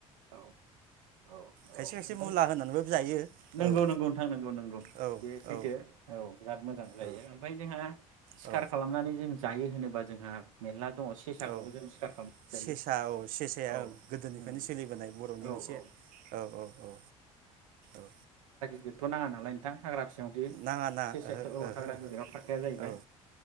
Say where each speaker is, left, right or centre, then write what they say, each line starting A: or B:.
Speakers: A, on the right; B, on the right.
A: औ औ औ
B: खायसे खायसे
A: ओमफाय
B: मुला होनानैबो जायो
A: नंगौ
B: औ
A: नंगौ नोंथां नंगौ नंगौ
B: औ
A: बे सैथो
B: औ
A: औ बिराद मोजां जायो
B: औ
A: ओमफाय जोंहा सिखार
B: औ
A: खालामनानै जों जा जायो होनोबा जोंहा मेरला दङ सेसाखौबो
B: औ
A: जों सिखार खालामनानै
B: सेसा
A: जायो
B: औ सेसाया
A: औ
B: गोदोनिफ्रायनो
A: उम
B: सोलिबोनाय बर' नि
A: औ
B: मोनसे
A: औ
B: औ औ औ औ।
A: दिरथ' नाङा नालाय नोंथां। हाग्रा फिसायावनोदि
B: नाङा ना
A: सेसाया'थ'
B: ओहो ओहो
A: हाग्रा गिदिराव थाखाया जाहैबाय
B: ओहो